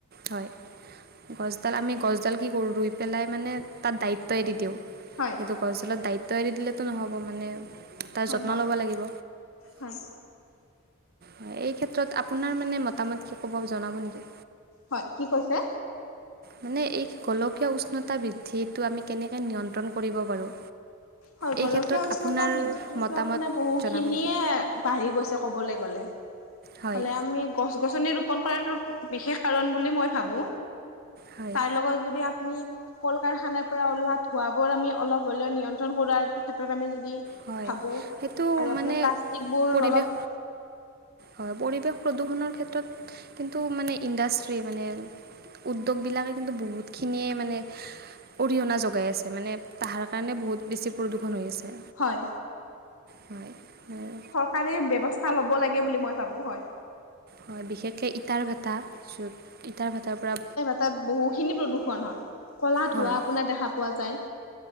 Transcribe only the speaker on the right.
হয় গছডাল আমি গছডাল কি কৰো ৰুই পেলাই মানে তাত দায়িত্ব এৰি দিওঁ
সেইটো দৰাচলত দায়িত্ব এৰি দিলেটো নহ'ব মানে তাৰ
যত্ন
ল'ব লাগিব
হয় এই ক্ষেত্ৰত আপোনাৰ মানে মতামত কি ক'ব জনাব নেকি?
মানে এই গোলকীয় উষ্ণতা বৃদ্ধিটো আমি কেনেকে নিয়ন্ত্ৰণ কৰিব পাৰোঁ
এই ক্ষেত্ৰত
আপোনাৰ
মতামত
জনাব
নেকি
হয়
হয়
হয়
সেইটো
মানে
পৰিৱেশ
হয় পৰিৱেশ প্ৰদূষণৰ ক্ষেত্ৰত কিন্তু মানে ইণ্ডাষ্ট্ৰি মানে উদ্যোগবিলাকে কিন্তু বহুতখিনিয়ে মানে অৰিহণা জোগাই আছে মানে তাহাৰ কাৰণে বহুত বেছি প্ৰদূষণ হৈ আছে।
হয় হয়
হয় বিশেষকৈ ইটাৰ ভেটা য'ত ইটাৰ ভাটাৰ পৰা
হয়